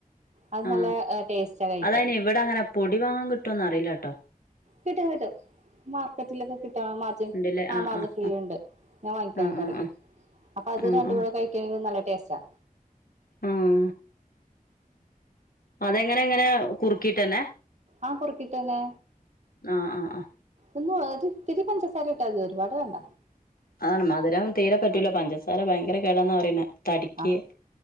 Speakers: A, on the right; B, on the left.
A: അത്
B: ആ
A: നല്ല ടേസ്റ്റാ കഴിക്കാൻ
B: അതായിന് ഇവടെ അങ്ങനെ പൊടി വാങ്ങാൻ കിട്ടോന്ന് അറിയില്ലാട്ടോ
A: കിട്ടും കിട്ടും മാർക്കറ്റിലൊക്കെ കിട്ടാ മാർജിൻ
B: ഉണ്ടല്ലേ
A: ആ
B: ആഹ്
A: മാർജിൻ
B: ആഹ്
A: ഫ്രീലിണ്ട്, ഞാൻ വാങ്ങിക്കാറിണ്ട്
B: ആഹ് ആഹ്
A: എടയ്ക്ക്,
B: ആഹ്
A: അപ്പൊ അത്
B: ആഹ്
A: രണ്ട്
B: ആഹ്
A: കൂടെ കഴിക്കാൻ നല്ല ടേ റ്റാ
B: ഉം അതെങ്ങനെ എങ്ങനെ കുറുക്കീട്ടന്നെ
A: ആഹ കുറക്കീട്ടന്നെ
B: ആഹ് ആഹ് ആഹ്
A: ഒന്ന് ഒരിത്തിരി പഞ്ചസാരായിട്ടാ മതി ഒരുപാട് വേണ്ട
B: ആ മധുരം തീരെ പറ്റൂല പഞ്ചസാര ഭയങ്കര കേടാന്നാ പറയണെ തടിക്ക്
A: ആഹ